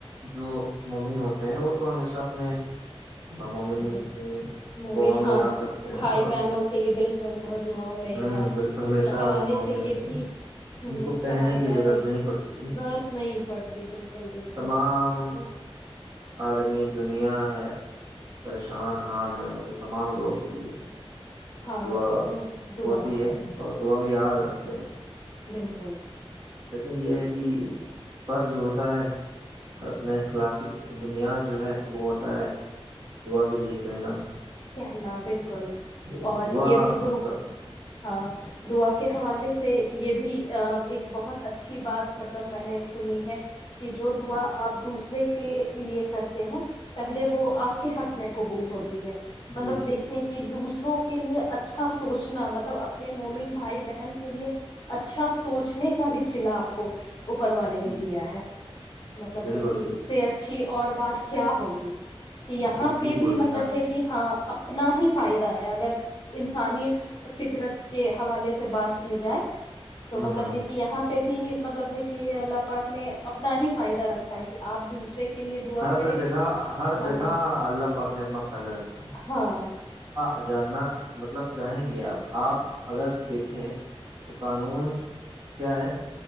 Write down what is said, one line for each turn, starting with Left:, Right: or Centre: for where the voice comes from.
Right: جو مومن ہوتے ہیں وہ تو ہمیشہ اپنے عمومن
Left: ہوں،
Right: کی
Left: مومن
Right: گع میں
Left: ہاں
Right: یاد رکھتے ہیں
Left: بھائی
Right: اور
Left: بہنوں <inaudible>
Right: ہوں
Left: یاد
Right: بالکل ہمیشہ
Left: اس حوالے
Right: دعاؤں
Left: سے
Right: میں
Left: یہ
Right: رہتے
Left: بھی
Right: ہیں
Left: ہ
Right: ان کو کہنے
Left: کہا گیا
Right: کی ضرورت
Left: ہے
Right: نہیں پڑتی ہے
Left: ضرورت نہیں پڑتی بالکل بالکل
Right: تمام
Left: بہت
Right: عالمی دنیا <inaudible> پریشان حال ہے <inaudible>
Left: ہاں
Right: دعا
Left: ان دعا
Right: ہوتی ہے اور یاد رکھتے ہیں
Left: <inaudible>
Right: لیکن یہ ہے کہ فرض ہوتا ہے <unintelligible> اور اپنے اخلاق بنیاد جو ہے وہ ہوتا ہے دعا کے لیے کہنا
Left: کہنا بالکل اور
Right: تو دعا
Left: یہ بھی د
Right: مطلب
Left: ہاں دعا کے حوالے سے سے یہ بھی ایک بہت اچھی بات مطلب میں نے سنی ہے کہ جو دعا آپ دوسرے کے لیے کرتے ہیں پہلے وہ آپ کے حق میں قبول ہوتی ہے مطلب
Right: جی جی
Left: دیکھیں کہ دوسرا دوروں کے لیے اچھا سوچنا مطلب اپنے مومن بھائی بہن کے لیے اچھا سوچنے کا بھی سلا آپ کو اوپر والے
Right: جی
Left: نے دیا ہے مطلب
Right: بالکل
Left: ہے کہ
Right: بالکل
Left: اس سے اچھی اور بات کیا ہوگی کہ یہاں
Right: جی صحیح
Left: پہ
Right: بول
Left: بھی
Right: رہے
Left: مطلب
Right: ہیں آپ
Left: ہے کہ اپنا ہی فائدہ ہے اگر انسانی فطرت کے حوالے سے بات کی جائے تو
Right: ہ
Left: مطلب ہے کہ یہاں پہ بھی مطلب ہے کہ اللہ پاک نے اپنا ہی فائدہ رکھا ہے کہ آپ دوسرے کے لیے دعا
Right: ہر
Left: کریں
Right: جگہ ہر
Left: ہاں
Right: جگہ
Left: ہاں
Right: اللہ پاک نے اپنا فائدہ رکھا
Left: ہاں
Right: <unintelligible> جاننا مطلب چاہیں گے آپ آپ اگر دیکھیں تو قانون کیا ہے